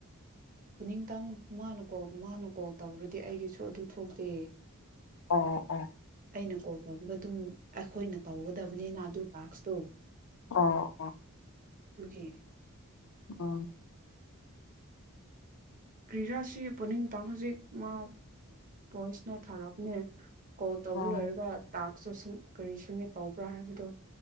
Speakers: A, on the right (about 40°); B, on the left (about 65°).
A: ꯄꯨꯅꯤꯡꯇꯪ ꯃꯥꯅ ꯀꯣꯜ ꯃꯥꯅ ꯀꯣꯜ ꯇꯧꯔꯗꯤ ꯑꯩꯒꯤꯁꯨ ꯑꯗꯨ ꯊꯣꯛꯇꯦ
B: ꯑꯣ ꯑꯣ
A: ꯑꯩꯅ ꯀꯣꯜ ꯇꯧꯕꯗ ꯑꯗꯨꯝ ꯑꯩꯈꯣꯏꯅ ꯇꯧꯒꯗꯕꯅꯤꯅ ꯑꯗꯨ ꯇꯥꯛꯁꯇꯣ
B: ꯑꯣ ꯑ
A: ꯇꯨꯖꯤ
B: ꯑ
A: ꯀ꯭ꯔꯥꯁꯤ ꯄꯨꯅꯤꯡꯇꯪ ꯍꯧꯖꯤꯛ ꯃꯥ ꯚꯣꯏꯁꯅ ꯊꯥꯔꯛꯅꯦ ꯀꯣꯜ ꯇꯧꯕ
B: ꯑꯣ
A: ꯂꯣꯏꯔꯒ ꯇꯥꯛꯁꯨ ꯀꯔꯤ ꯁꯨꯝꯃꯤ ꯇꯧꯕ꯭ꯔꯥ ꯍꯥꯏꯕꯗꯣ